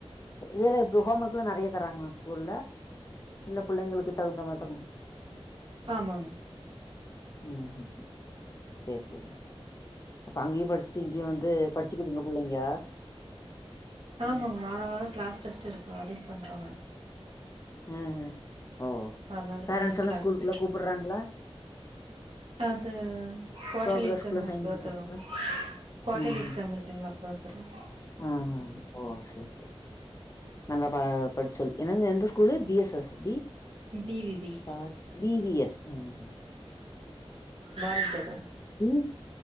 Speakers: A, on the left (about 30°); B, on the right (about 60°).
A: இதெல்லா இப்ப ஹோம் ஒர்க்லாம் நெறைய தராங்லா இந்த ஸ்கூல்ல இல்ல புள்ளைங்களுக்கு தகுந்த மாறிதா குடுக்கறாங்க
B: ஆமாங்
A: ம் ம் சேரி சேரி அப்ப அங்கயு படிச்சுட்டு இங்கயு வந்து படிச்சுகுதுங்க புள்ளைங்க
B: ஆமாங்க
A: ம்
B: வாரோ வாரோ கிளாஸ் டெஸ்ட் இருக்கு அதுவும் பண்றாங்க
A: ம் ம் ஓ
B: அதனால் இப்படி
A: பேரண்ட்ஸ்
B: தான்
A: எல்லா
B: கிளாஸ்
A: ஸ்கூலுக்குள்ள
B: போய்ட்டுருக்கு
A: கூப்பட்றாங்களா
B: அது குவாட்டர்லி
A: ப்ரோக்ரஸ்குள்ள
B: எக்ஸாம் வந்தபெறகு
A: சைன் பண்றதுக்குலா
B: தானா குவாட்டர்லி
A: ம்
B: எக்ஸாம்
A: ம்
B: இருக்குங்களா அப்ப தருவாங்க
A: ஆ ஆ ஓ சேரி சேரி நல்லா பா படிப் சொல்லி என்னங்க எந்த school D S S D
B: BVB
A: பார் டி வி எஸ் ம் ம்
B: பாரதி வித்யா பவன்
A: ம் ம்